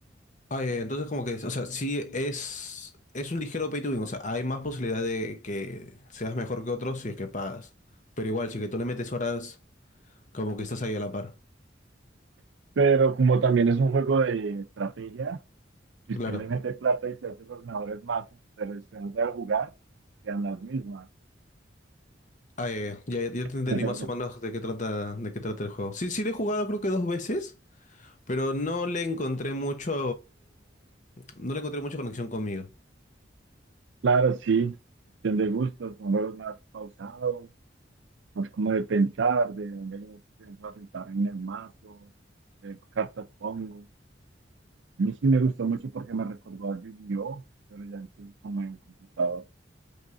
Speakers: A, on the left; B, on the right.
A: Ah, eh, entonces como que, o sea, sí es, es un ligero pay to win, o sea, hay más posibilidad de que seas mejor que otros si es que pagas. Pero igual, si que tú le metes horas, como que estás ahí a la par.
B: Pero como también es un juego de estrategia, si
A: Claro.
B: usted le mete plata y se hace los mejores mazos, pero si usted no sabe jugar, quedan las mismas.
A: Ah, eh, ya, ya ya
B: <laughs>
A: te entendí más o menos de qué trata, de qué trata el juego. Sí, sí le he jugado creo que dos veces, pero no le encontré mucho, no le encontré mucha conexión conmigo.
B: Claro, sí, cuestión de gustos, son juegos más pausados, más como de pensar, de venir a sentar en el mazo, de cartas pongo. A mí sí me gustó mucho porque me recordó a Yu-Gi-Oh, pero ya entonces como en el computador.